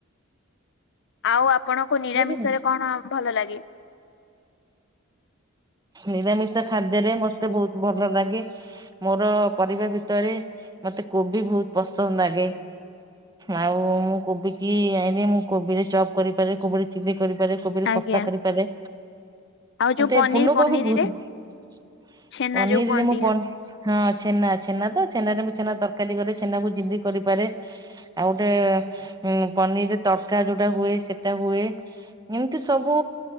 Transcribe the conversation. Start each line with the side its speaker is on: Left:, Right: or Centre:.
Left: ଆଉ ଆପଣଙ୍କୁ ନିରାମିଷ
Right: ବୁଝିଲେ।
Left: ରେ କଣ ଭଲ ଲାଗେ?
Right: ନିରାମିଷ ଖାଦ୍ୟରେ ମତେ ବହୁତ ଭଲ ଲାଗେ। ମୋର ପରିବା ଭିତରେ ମତେ କୋବି ବହୁତ ପସନ୍ଦ ଲାଗେ। ଆଉ ମୁଁ କୋବି କି ଆଇନି ମୁଁ କୋବିରେ ଚପ୍ କରିପାରେ କୋବିରେ ଚିଲି କରିପାରେ। କୋବିର
Left: ଆଜ୍ଞା
Right: କଷା କରିପାରେ
Left: ଆଉ ଯୋଉ
Right: ମତେ
Left: ପନିର
Right: ଫୁଲକୋବି
Left: ପନିରରେ
Right: ବହୁତ ପସନ୍ଦ
Left: ଛେନା
Right: ପନିରରେ
Left: ଯୋଉ କୁହନ୍ତି
Right: ମୁଁ ହଁ ଛେନା ଛେନା ତ ଛେନାରେ ମୁଁ ଛେନା ତରକାରୀ କରେ ଛେନାକୁ ଜିନ୍ଦି କରିପାରେ। ଆଉ ଗୋଟେ ଉ ପନିରରେ ତରକା ଯୋଉଟା ହୁଏ ସେଟା ହୁଏ। ଏମିତି ସବୁ